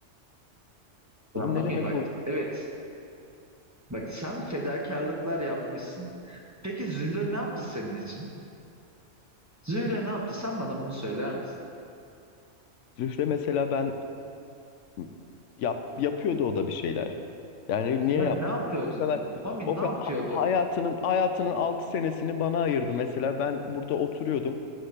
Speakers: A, on the left; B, on the right.
A: Bunun
B: ya Mami
A: ne demek
B: bak
A: oldu?
B: evet bak sen fedakarlıklar yapmışsın. Peki Zühre ne yaptı senin için? Zühre ne yaptı? Sen bana bunu söyler misin?
A: Zühre mesela ben Hı. Yap, yapıyordu o da bir şeyler. Yani niye
B: Ben
A: yapmasın?
B: ne yapıyordu?
A: O kadar
B: Mami
A: o ka-
B: ne yapıyordu?
A: ha- hayatının hayatının 6 senesini bana ayırdı mesela. Ben burada oturuyordum.